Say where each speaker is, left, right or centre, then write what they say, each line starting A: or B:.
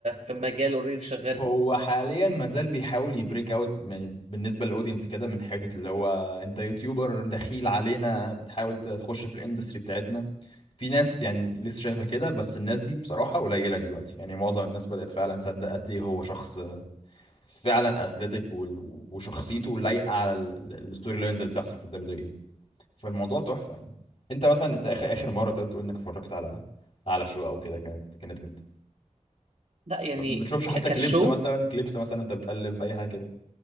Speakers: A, on the right; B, on the left.
A: في مجال اوريدي شغال
B: هو حاليا ما زال بيحاول يبريك اوت يعني بالنسبه للاودينس كده من حته اللي هو انت يوتيوبر دخيل علينا بتحاول تخش في الاندستري بتاعتنا في ناس يعني لسه شايفه كده بس الناس دي بصراحه قليله دلوقتي يعني معظم الناس بدات فعلا تصدق قد ايه هو شخص فعلا اثليتيك وال- وشخصيته لايقه على ال- ال- الستوري لاينز اللي بتحصل في الدبليو دبليو اي فالموضوع تحفه يعني انت مثلا انت اخر اخر مره تقدر تقول انك اتفرجت على على شو او كده كانت كانت امتى
A: لا يعني
B: ما بتشوفش حتى
A: ك- كشو
B: كليبس مثلا كليبس مثلا انت بتقلب اي حاجه كده